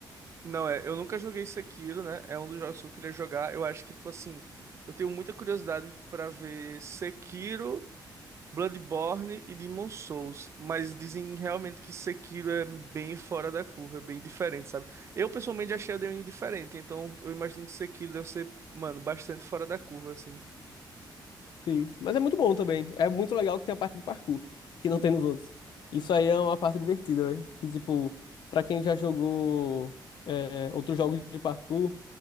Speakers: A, on the right (about 35°); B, on the left (about 70°).
A: Não, é, eu nunca joguei Sekiro, né? É um dos jogos que eu queria jogar. Eu acho que, tipo assim, eu tenho muita curiosidade pra ver Sekiro, Bloodborne e Demon Souls, mas dizem realmente que Sekiro é bem fora da curva, é bem diferente, sabe? Eu pessoalmente achei a Elden Ring diferente, então eu imagino que Sekiro deve ser, mano, bastante fora da curva, assim.
B: Sim, mas é muito bom também. É muito legal que tem a parte do parkour, que não tem nos outros. Isso aí é uma parte divertida, velho. Que, tipo, pra quem já jogou é, outros jogos de parkour,